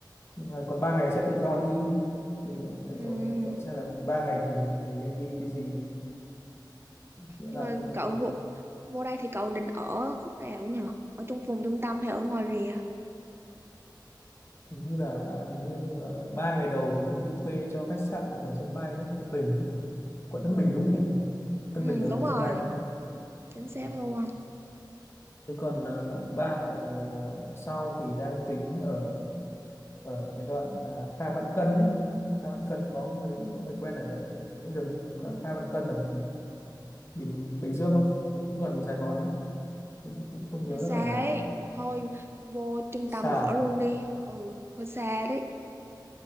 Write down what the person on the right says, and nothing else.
Ừ,
nhưng
mà
cậu vô, vô đây thì cậu định ở khúc nào nhỉ? Ở trong vùng trung tâm hay ở ngoài rìa?
Ừ,
ừ
đúng rồi,
chính xác
luôn.
hơi xa
ấy thôi vô trung
tâm ở
luôn đi ừ hơi xa đấy